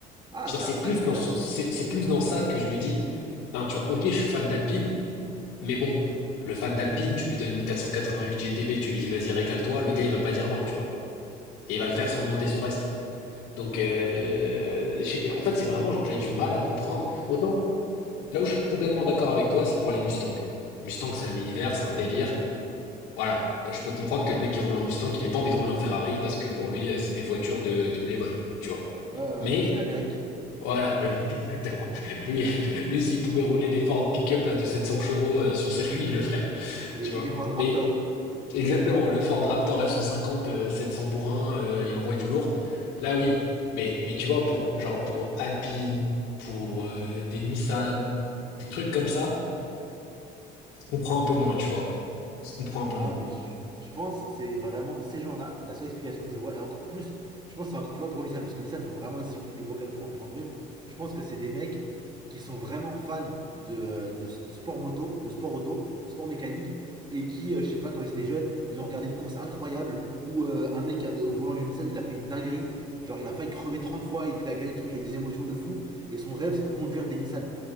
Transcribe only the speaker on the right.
Ah,
ça,
ça, je suis
d'accord.
Ouais, ouais,
ouais, lui, c'est l'Amérique.
<laughs>
Exactement.
Les-
Ou
des Ford
Raptor.
Non,
mais je, je pense c'est vraiment ces gens-là, la seule explication que je vois, et encore plus, je pense que c'est encore plus vrai pour Nissan, parce que Nissan, il faut vraiment être siphonné du bocal pour en prendre une. Je pense que c'est des mecs qui sont vraiment fans de, euh, de, de sport moto, de sport auto, de sport mécanique, et qui, euh, je sais pas, quand ils étaient jeunes, ils ont regardé une course incroyable où euh, un mec avait- au volant d'une Nissan, il a fait une dinguerie. Genre, il a failli crever 30 fois et puis il a gagné le truc avec des émotions de fou. Et son rêve, c'est de conduire des Nissan.